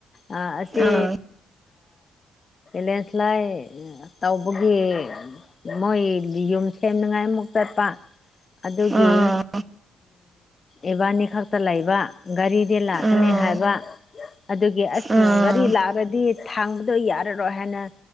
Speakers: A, on the left; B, on the right.
A: ꯑꯥ ꯑꯁꯦ
B: ꯑꯥ
A: ꯂꯦꯟꯁ꯭ꯂꯥꯏ ꯇꯧꯕꯒꯤ ꯃꯣꯏ ꯌꯨꯝ ꯁꯦꯝꯅꯉꯥꯏꯃꯨꯛ ꯆꯠꯄ ꯑꯗꯨꯒꯤ
B: ꯑꯥ
A: ꯏꯕꯥꯅꯤ ꯈꯛꯇ ꯂꯩꯕ ꯒꯥꯔꯤ ꯗꯦ ꯂꯥꯛꯀꯅꯤ
B: ꯑꯥ
A: ꯍꯥꯏꯕ ꯑꯗꯨꯒꯤ ꯑꯁ
B: ꯑꯥ
A: ꯒꯔꯤ ꯂꯥꯛꯔꯗꯤ ꯊꯥꯡꯕꯗꯣ ꯌꯥꯔꯔꯣꯏ ꯍꯥꯏꯅ